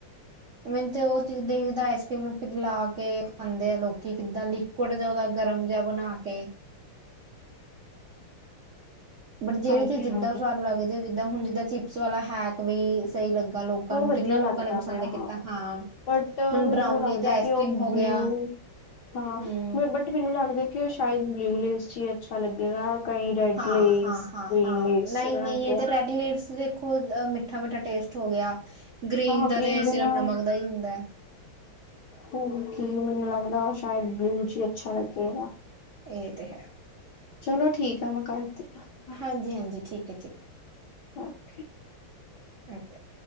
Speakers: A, on the right (about 60°); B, on the left (about 65°).
A: ਮੈਨੂੰ ਤੇ ਉਹ ਚੀਜ਼ਾਂ ਜਿੱਦਾਂ ਆਈਸਕ੍ਰੀਮ ਨੂੰ ਪਿਘਲਾ ਕੇ ਖਾਂਦੇ ਆ ਲੋਕੀ ਕਿੱਦਾਂ ਲਿ ਥੋੜ੍ਹਾ ਜਾ ਉਹਦਾ ਗਰਮ ਜਿਹਾ ਬਣਾ ਕੇ। ਬਟ ਜਿਹੜੀ
B: ਹਾਂਜੀ
A: ਜਿਦਾਂ
B: ਹਾਂਜੀ
A: ਸਵਾਦ ਲੱਗਦੇ ਹੋ ਜਿੱਦਾਂ ਹੁਣ ਜਿੱਦਾਂ ਚਿਪਸ ਵਾਲਾ ਹੈਕ। ਉਵੀ ਸਹੀ ਲੱਗਾ ਲੋਕਾਂ
B: ਉਹ
A: ਨੂੰ
B: ਵਧੀਆ
A: ਕਿੰਨਾ ਲੋਕਾਂ
B: ਲੱਗਦਾ
A: ਨੇ ਪਸੰਦ
B: ਪਿਆ
A: ਕੀਤਾ ਹਾਂ।
B: ਬਟ
A: ਹੁਣ
B: ਮੈਨੂੰ
A: ਬਰਾਊਨੀ
B: ਲੱਗਦਾ
A: ਤੇ ਆਈਸਕ੍ਰੀਮ
B: ਕਿ ਉਹ
A: ਹੋ
B: ਬਲਿਊ
A: ਗਿਆ
B: ਹਾਂ
A: ਹਮ
B: ਮੈਬਟ ਬਟ ਮੈਨੂੰ ਲੱਗਦਾ ਕਿ ਉਹ ਸ਼ਾਇਦ ਬਲਿਊ ਲੇਸ ਚ ਹੀ ਅੱਛਾ ਲੱਗੇਗਾ। ਕਈ ਰੈਡ
A: ਹਾਂ-ਹਾਂ-ਹਾਂ-ਹਾਂ,
B: ਲੇਸ ਗ੍ਰੀਨ ਲੇਸ
A: ਨਹੀਂ-ਨਹੀਂ,
B: ਚ ਬਣਾਦੇ
A: ਏ
B: ਆ
A: ਤਾਂ ਰੈਡ ਲੈਸ ਦੇਖੋ। ਉ ਮਿੱਠਾ-ਮਿੱਠਾ ਟੇਸਟ ਹੋ ਗਿਆ ਗ੍ਰੀਨ
B: ਹਾਂ
A: ਦਾ
B: ਕਰੀਮ
A: ਤੇ
B: ਦੇ
A: ਸਿਰਫ
B: ਨਾਲ
A: ਨਮਕ ਦਾ ਹੀ ਹੁੰਦਾ ਐ।
B: ਹੁਣ ਕੀ ਮੈਨੂੰ ਲੱਗਦਾ ਸ਼ਾਇਦ ਬਲਿਊ ਹੀ ਚ ਅੱਛਾ ਲੱਗੇਗਾ।
A: ਏ ਤੇ ਹੈ।
B: ਚਲੋ ਠੀਕ ਆ, ਮੈਂ ਕਰਦੀ ਹਾਂ।
A: ਹਾਂਜੀ-ਹਾਂਜੀ, ਠੀਕ ਐ ਠੀਕ
B: ਓਕੇ।
A: ਓਕੇ।